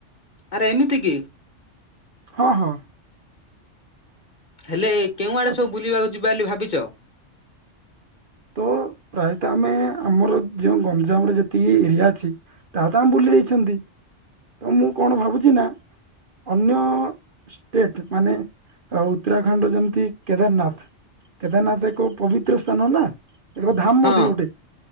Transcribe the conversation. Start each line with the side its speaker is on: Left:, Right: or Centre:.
Left: ଆରେ ଏମିତି କି?
Right: ହଁ ହଁ।
Left: ହେଲେ କେଉଁ ଆଡ଼େ
Right: ଆ,
Left: ସବୁ ବୁଲିବାକୁ ଯିବା ବା ବୋଲି ଭାବିଚ?
Right: ତ ପ୍ରାୟତଃ ଆମେ ଆମର ଯେଉଁ ଗଞ୍ଜାମରେ ଯେତିକି ଏରିଆ ଅଛି ତା ତ ଆମେ ବୁଲିଯାଇଛନ୍ତି। ତ ମୁଁ କଣ ଭାବୁଛି ନା ଅନ୍ୟ ଷ୍ଟେଟ୍ ମାନେ ଉତ୍ତରାଖଣ୍ଡର ଯେମିତି କେଦାରନାଥ କେଦାରନାଥ ଏକ ପବିତ୍ର ସ୍ଥାନ ନା। ଏକ ଧାମ
Left: ହଁ
Right: ମଧ୍ୟ ଗୋଟେ